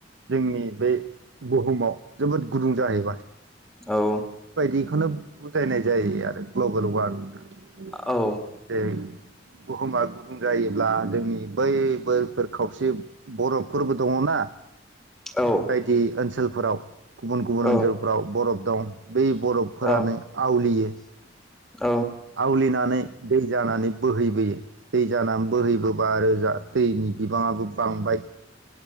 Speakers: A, on the right; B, in the centre.
A: जोंनि बे बुहुमाव जोबोद गुदुं जाहैबाय।
B: औ
A: बेखोनो बुजायनाय जायो आरो ग्लबेल वारमिंखो
B: औ
A: बे बुहुमा गुदुं जायोब्ला जोंनि बै बोरफोर खावसे बर'फोरबो दङना
B: औ
A: बायदि ओनसोल फोराव गुबुन गुबुन
B: औ
A: ओनसोलफ्राव बरफ दं बे बरफफोरानो
B: औ
A: आवलियो।
B: औ
A: आवलिनानै दै जानानै बोहैबोयो। दै जानानै बोहैबोबा रोजा ओ दैनि बिबाङाबो बांबाय।